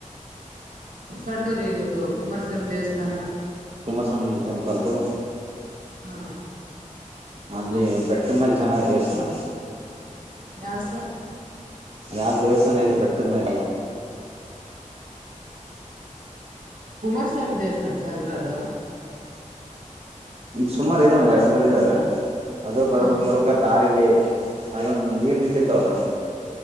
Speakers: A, on the right; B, on the right.
A: ಸಂಡೂರ್ ಇದು ಕುಮಾರಸ್ವಾಮಿ ದೇವಸ್ಥಾನ
B: ಕುಮಾರಸ್ವಾಮಿ ಟೆಂಪಲ್ದ್
A: ಹಾ
B: ಅಲ್ಲಿ ಬೆಟ್ಟದ ಮೇಲೆ ಚೆನ್ನಾಗಾಗಿದೆ ದೇವಸ್ಥಾನದ್ದು.
A: ಯ್ಯಾವ್ದ್ ಸರ್
B: ಮ್ಯಾಗ್ ದೇವಸ್ಥಾನ ಐತಿ ಬೆಟ್ಟದ ಮೇಲೆ
A: ಕುಮಾರಸ್ವಾಮಿ ದೇವಸ್ಥಾನ್ ಸಾರ್ ಇರದು
B: ಹ್ಮ್ ಸುಮಾರ್ ಇದಾವ ಒಂದ್ ಎರಡು ಮೂರ್ ಇದಾವೆ ಅದು
A: ಹಾ
B: ಬರ್ಬೇಕು ದಾರಿಲೆ ಅದೊಂದು ನೀರ್ ನಿಂತಿರ್ತವಲ್ಲ.